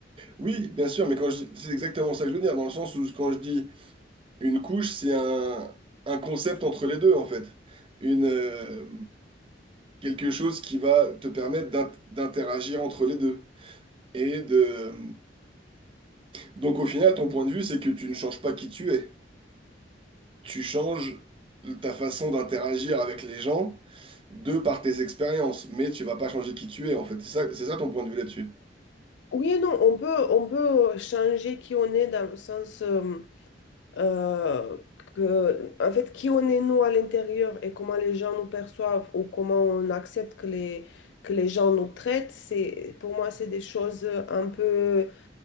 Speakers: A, on the right; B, on the left.
A: Oui, bien sûr, mais quand je dis- c'est exactement ça que je veux dire, dans le sens où quand je dis une couche, c'est un, un concept entre les deux, en fait. Une, euh, quelque chose qui va te permettre d'in- d'interagir entre les deux. Et de... Donc au final, ton point de vue, c'est que tu ne changes pas qui tu es. Tu changes ta façon d'interagir avec les gens de par tes expériences, mais tu vas pas changer qui tu es, en fait. C'est ça, c'est ça ton point de vue là-dessus.
B: Oui et non, on peut, on peut changer qui on est dans le sens, euh, euh, que, en fait, qui on est nous à l'intérieur et comment les gens nous perçoivent ou comment on accepte que les, que les gens nous traitent, c'est, pour moi, c'est des choses un peu